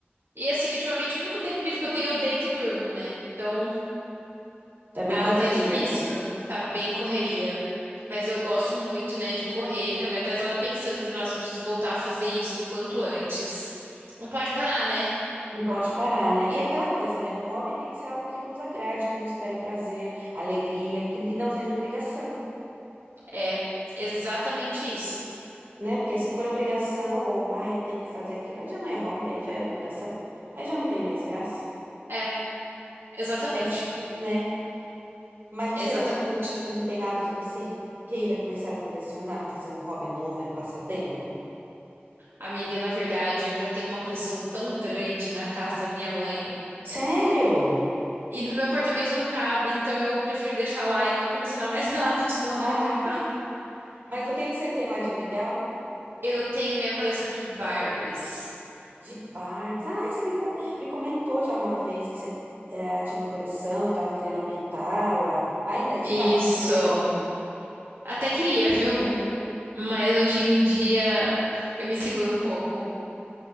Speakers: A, on the right; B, on the right.
A: E assim, ultimamente, o único tempo livre que eu tenho é eu deito e durmo, né? Então.
B: Também
A: Tá,
B: correria,
A: tá difícil,
B: né?
A: tá bem correria. Mas eu gosto muito, né, de correr, de caminhar. Até eu tava pensando, falei, nossa, eu preciso voltar a fazer isso o quanto antes. Não pode parar, né?
B: Não pode parar, né? E aquela coisa, né? O hobby tem que ser algo que nos agrade, que nos traga prazer, alegria, que, e não seja obrigação.
A: É, exatamente isso.
B: né? Porque se for obrigação ou ah, eu tenho que fazer aquilo, aí já não é hobby, aí já é obrigação, aí já não tem mais graça,
A: É, exatamente.
B: é, né? Mas você
A: Exatamente.
B: não, não, não tem nada que você queira começar a colecionar, fazer um hobby novo, aí um passatempo?
A: Amiga, na verdade, eu já tenho uma coleção tão grande na casa da minha mãe.
B: Sério?
A: E no meu apartamento não cabe, então eu prefiro deixar lá e não colecionar mais <laughs> nada, porque senão
B: Ah,
A: minha mãe me
B: <laughs>
A: mata.
B: mas o que que você tem lá de legal?
A: Eu tenho minha coleção de Barbies.
B: De Barbies. Ah, você me, co- me comentou já uma vez que você eh, tinha uma coleção e estava querendo aumentá-la. Ainda está
A: Isso.
B: querendo?
A: Até queria, viu? Mas hoje em dia eu me seguro um pouco.